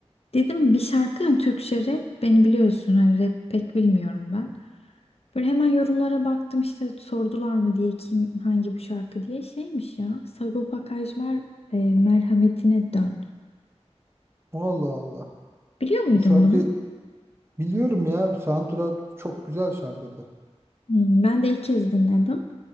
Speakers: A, on the left; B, on the right.
A: dedim bir şarkı hani Türkçe rap beni biliyorsun hani rap pek bilmiyorum ben. Böyle hemen yorumlara baktım işte sordular mı diye kim hangi bu şarkı diye şeymiş ya. Sagopa Kajmer e, Merhametine Dön.
B: Allah Allah.
A: Biliyor muydun
B: Bu şarkı
A: bunu?
B: biliyorum ya. Soundtrack çok güzel şarkıdır.
A: Hmm, ben de ilk kez dinledim.